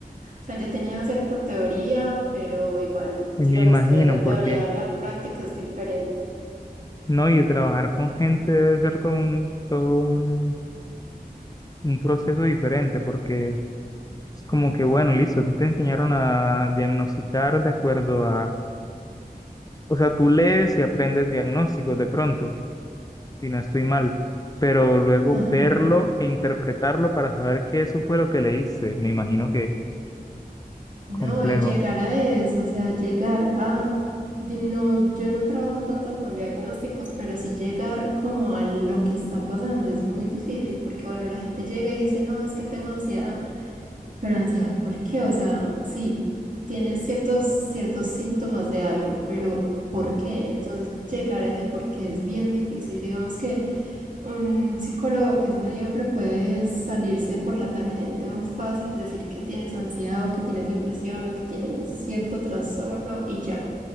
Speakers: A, on the right (about 55°); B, on the left (about 25°).
A: O sea, yo tenía cierta teoría, pero igual,
B: eh,
A: digamos
B: me imagino,
A: que de la teoría
B: porque
A: a la práctica es diferente.
B: no, y trabajar con gente debe ser todo un, todo un, un proceso diferente, porque es como que, bueno, listo, tú te enseñaron a diagnosticar de acuerdo a, o sea, tú lees y aprendes diagnósticos de pronto si no estoy mal, pero luego
A: Ajá.
B: verlo e interpretarlo para saber que eso fue lo que leíste. Me imagino que
A: No,
B: complejo.
A: y llegar a eso, o sea, llegar a... di- No, yo no trabajo tanto con diagnósticos, pero sí llegar como a lo que está pasando es muy difícil porque, bueno, la gente llega y dice, no, es que tengo ansiedad, pero ansiedad, ¿por qué? O sea, sí, tienes ciertos, ciertos síntomas de algo, pero ¿por qué? Entonces, llegar a ese por qué es bien difícil. Digamos que... Un psicólogo que es mediocre puede salirse por la tangente muy fácil, decir que tienes ansiedad o que tienes depresión o que tienes cierto trastorno y ya